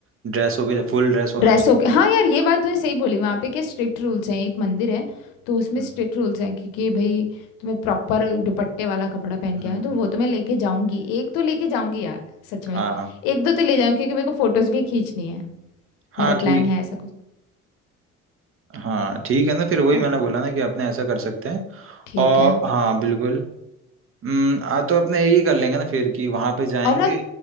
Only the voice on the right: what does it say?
ड्रेस हो गया फुल ड्रेस होना
चाहिए
हम्म,
हम्म,
हम्म।
हाँ
हाँ
ठीक
हाँ ठीक है ना फिर वही
मैंने बोला ना कि अपने ऐसा कर सकते हैं
और
हाँ बिल्कुल हम्म हाँ तो अपने यही कर लेंगे ना फिर कि वहाँ पे जाएंगे